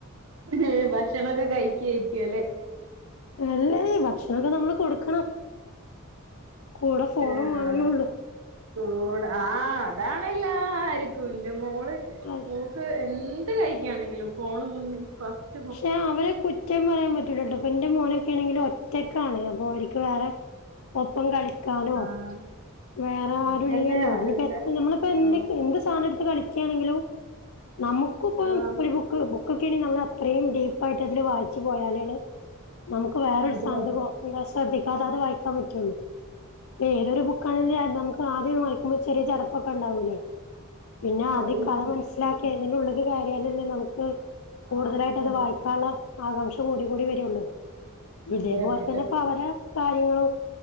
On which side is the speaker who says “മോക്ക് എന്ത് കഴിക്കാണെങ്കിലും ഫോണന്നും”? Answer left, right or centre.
Right